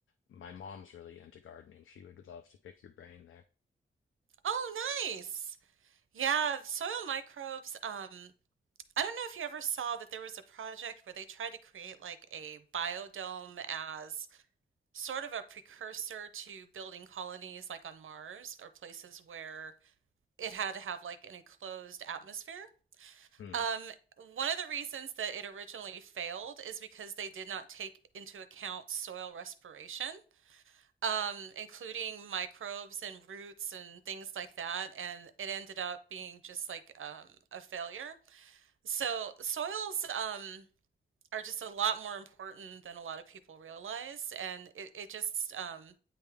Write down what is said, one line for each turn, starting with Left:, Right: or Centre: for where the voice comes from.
Left: my mom's really into gardening. She would love to pick your brain there.
Right: Oh, nice. Yeah, soil microbes. Um, I don't know if you ever saw that there was a project where they tried to create like a biodome as sort of a precursor to building colonies like on Mars or places where it had to have like an enclosed atmosphere.
Left: Hmm.
Right: Um, one of the reasons that it originally failed is because they did not take into account soil respiration, um, including microbes and roots and things like that, and it ended up being just like um, a failure. So soils um, are just a lot more important than a lot of people realize, and it, it just um,